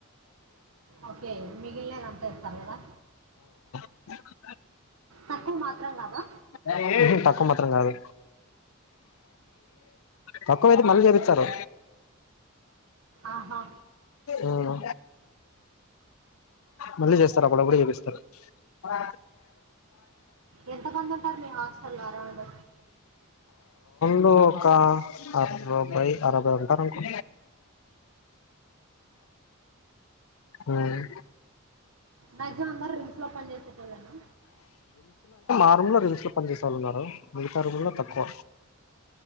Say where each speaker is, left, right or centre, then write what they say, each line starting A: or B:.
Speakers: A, on the right; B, on the left.
A: ఓకే మిగిలినది అంత ఏస్తారు కదా
B: ఏకు <unintelligible>
A: తక్కువ మాత్రం కదా
B: హుహ్ తక్కువ మాత్రం కాదు తక్కువైతే మళ్ళీ చేపిస్తారు.
A: ఆహా
B: ఆ మళ్ళీ చేస్తారా. అప్పుడప్పుడు చెపిస్తరు. బ
A: ఎంత మంది ఉంటారు మీ హాస్టల అరౌండ్
B: ఇప్పుడు ఒక అరవై అరవై ఉంటారనుకో హ్
A: మ్యాక్సిమం అందరు రింగ్స్ లో పని చేసేటోలెనా.
B: ఆ రూం లో రిజిస్టర్ పని చేసే వాళ్ళు ఉన్నారు. మిగతా రూంలో తక్కువ